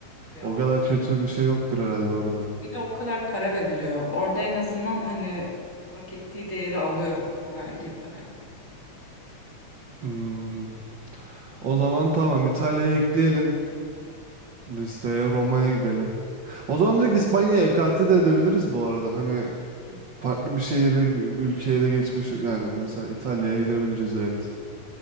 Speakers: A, on the left; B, on the right.
A: Ya
B: O kadar kötü bir şey yoktur herhalde orada.
A: Bir de o kadar para veriliyor. Orada en azından hani hak ettiği değeri alıyor o verdiği paraya.
B: Hmm. O zaman tamam İtalya'ya ekleyelim. Listeye Roma'ya gidelim. O zaman direkt İspanya'ya ekarte de edebiliriz bu arada. Hani Farklı bir şehire, bir ülkeye de geçmiş. Yani mesela İtalya'ya gidebiliriz direkt.